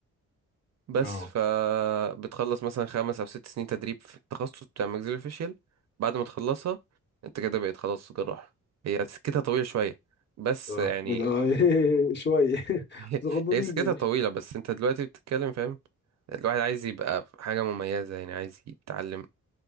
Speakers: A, on the right; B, on the left.
A: بس
B: اه
A: فبتخلص مثلا خمس او ست سنين تدريب في التخصص بتاع ماكسيلوفيشيال بعد ما تخلصها انت كده بقيت خلاص جراح هي سكتها طويلة شوية بس
B: اه
A: يعني
B: من اه <laughs> شوية <laughs>
A: <laughs>
B: بس غضنين
A: هي سكتها
B: يعني
A: طويلة بس انت دلوقتي بتتكلم فاهم الواحد عايز يبقى حاجة مميزة يعني عايز يتعلم